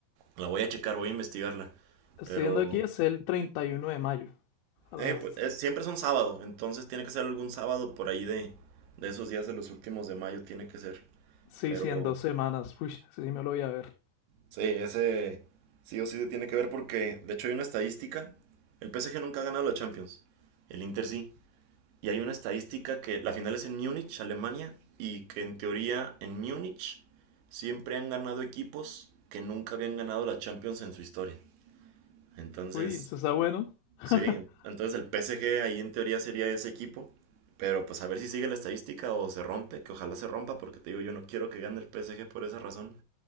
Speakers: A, on the right (about 85°); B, on the left (about 85°).
A: La voy a checar, voy a investigarla.
B: Estoy
A: Pero
B: viendo aquí, es el 31 de mayo, a las...
A: eh, pues, es- siempre es un sábado, entonces tiene que ser algún sábado por ahí de, de esos días de los últimos de mayo, tiene que ser.
B: Sí,
A: Pero
B: sí, en dos semanas. Uy, ese sí me lo voy a ver.
A: sí, ese sí o sí tiene que ver porque, de hecho, hay una estadística. El PSG nunca ha ganado la Champions, el Inter sí. Y hay una estadística que la final es en Múnich, Alemania, y que en teoría en Múnich siempre han ganado equipos que nunca habían ganado la Champions en su historia. Entonces,
B: Uy, eso está bueno. <laughs>
A: sí, entonces el PSG ahí en teoría sería ese equipo, pero pues a ver si sigue la estadística o se rompe, que ojalá se rompa, porque te digo, yo no quiero que gane el PSG por esa razón,